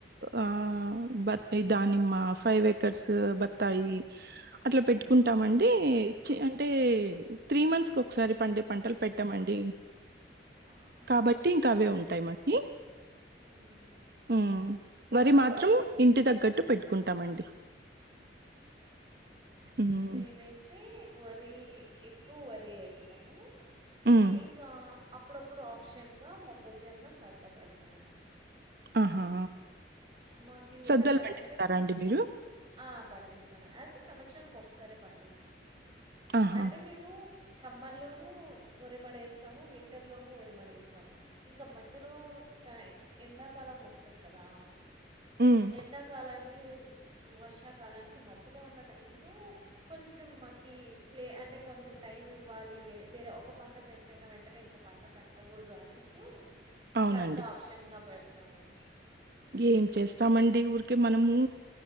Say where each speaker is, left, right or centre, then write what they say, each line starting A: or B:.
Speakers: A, on the right; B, on the right.
A: ఆ బత్తా దానిమ్మ ఫైవ్ ఏకర్స్ బత్తాయి అట్లా పెట్టుకుంటామండి ఇచ్చి అంటే త్రీ మంత్స్ కి ఒకసారి పండే పంటలు పెట్టామండి
B: ఆహా
A: కాబట్టి ఇంకా అవే ఉంటాయి మాకి
B: మ్మ్.
A: ఉ మరి మా చు ఇంటి తగ్గట్టు పెట్టుకుంటామండి హ్మ్
B: మేమైతే వరి ఎక్ కు వరి వేస్తాము
A: హ్మ్.
B: ఇంకా అప్పుప్పు ఆప్షన్ గా మొక్కజొన్న స్రద్ద పెడతామండి
A: ఆహా
B: మాకి
A: సద్దలు
B: ఒరిమడి
A: పండిస్తారా
B: అంటే మ్
A: అండి మీరు?
B: ఆ పండిస్తామండి అది సమా చనికి ఒకసారిే పండిస్తాము
A: ఆహా!
B: అంటే మేము సమ్మర్లోనూ ఓరిమడి వేస్తాము వింటర్లోనూ ఓరిమడి వేస్తాము ఇంకా మధ్యలో స ఈ ఎండాకాలం వస్తుంది కదా
A: హ్మ్.
B: ఎండాకాలానికి వర్షాకాలానికి మధ్యలో ఉన్న టైంలో కొంచెం మకి ప్లే అంటే కొంచెం టైం ఇవ్వాలి వే వేరే ఒక పంట పెట్టిన వెంటనే ఇంకో పంట పెట్టకూడదు అన్నట్టు
A: అవునండి.
B: స్రద్దా ఆప్షన్గా పెడతాము
A: ఏం చేస్తామండి ఊరికే మనము